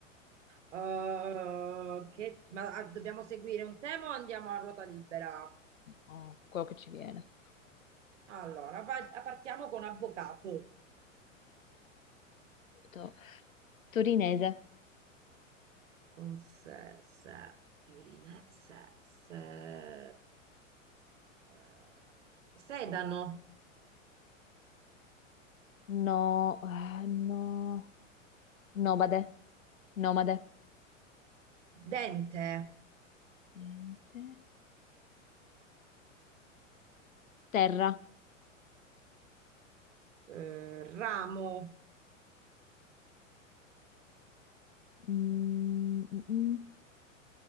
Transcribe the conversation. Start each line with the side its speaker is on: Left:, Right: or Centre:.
Right: Uh, che- ma ah, dobbiamo seguire un tema o andiamo a ruota libera?
Left: No, quello che ci viene.
Right: Allora, va- partiamo con avvocato.
Left: To- Torinese.
Right: Con se, se, Turine, se, se. eh, sedano,
Left: No, eh, no. Nomade. Nomade.
Right: dente,
Left: Dente. Terra.
Right: eh, ramo,
Left: Mm, mm, mm.